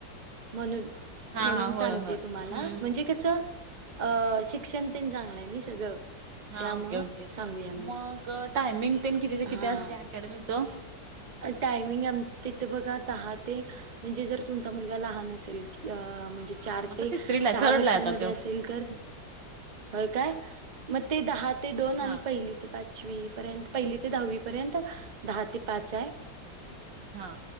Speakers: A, on the right; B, on the right.
A: म्हणून.
B: हा
A: म्हणून
B: हा होय
A: सांगते
B: होय. त्यांनी
A: तुम्हाला, म्हणजे कस अं.. शिक क्षण तेन चांगल, हाय णी सगळं.
B: हा
A: त्यामुळं
B: ओके ओके
A: सांगूया म्हणलं
B: मग टायमिंग त्यांनी, किती ते
A: हा
B: किती असतं म्हणजे अकॅडमीचं.
A: टायमिंग आ.. तिथे दहा ते, म्हणजे, जर तुमचा मुलगा लहान असेल अ म्हणजे चार
B: आता
A: ते
B: तिसरीला आहे
A: सहा
B: थर्ड
A: वर्षांन,
B: ला आहे आता
A: मध्ये
B: त्यो.
A: असेल तर. होय काय? मग, ते दहा ते दोन आणि
B: हा.
A: पहिली ते पाच पाचवी पर्यंत पहिली ते दहावी पर्यंत दहा ते पाच आहे.
B: हा